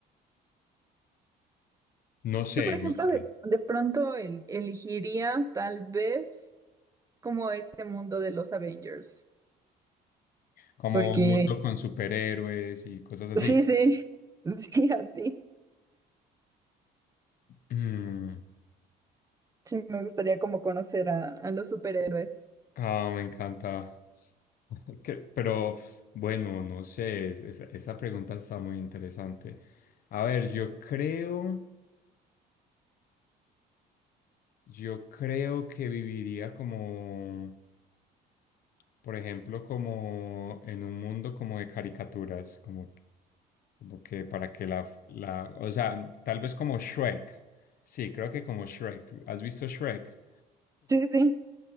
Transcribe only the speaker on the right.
Yo, por ejemplo,
de, de pronto el- elegiría tal vez como este mundo de los Avengers.
porque
Sí, sí, <laughs> sí, así.
Sí, me gustaría como conocer a, a los superhéroes.
Sí, sí.